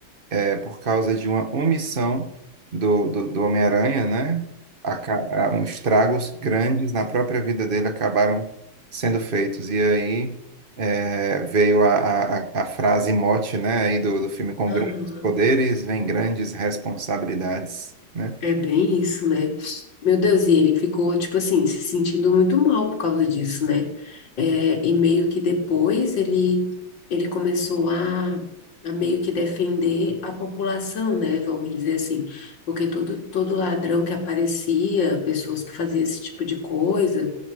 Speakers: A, on the right; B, on the left.
A: é, por causa de uma omissão do, do, do Homem-Aranha, né? Aca- a- Uns estragos grandes na própria vida dele acabaram sendo feitos. E aí é, veio a, a, a a frase mote, né, aí do, do filme, com
B: aham.
A: grandes poderes vem grandes responsabilidades, né?
B: É bem isso, né? Meu Deus, e ele ficou, tipo assim, se sentindo muito mal por causa disso, né? É, e meio que depois ele, ele começou a, a meio que defender a população, né? Vamos dizer assim, porque todo, todo ladrão que aparecia, pessoas que faziam esse tipo de coisa,